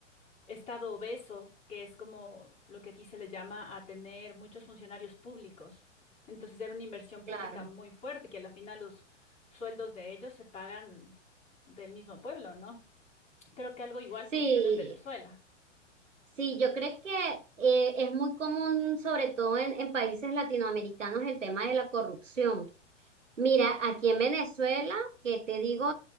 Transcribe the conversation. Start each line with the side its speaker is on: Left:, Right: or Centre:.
Left: estado obeso, que es como lo que aquí se le llama a tener muchos funcionarios públicos. Entonces era una inversión pública
Right: claro.
Left: muy fuerte, que a la final los sueldos de ellos se pagan del mismo pueblo, ¿no? Creo que algo igual
Right: Sí,
Left: funciona en Venezuela.
Right: Sí, yo creo que eh, es muy común, sobre todo en, en países latinoamericanos, el tema de la corrupción. Mira,
Left: Sí.
Right: aquí en Venezuela, que te digo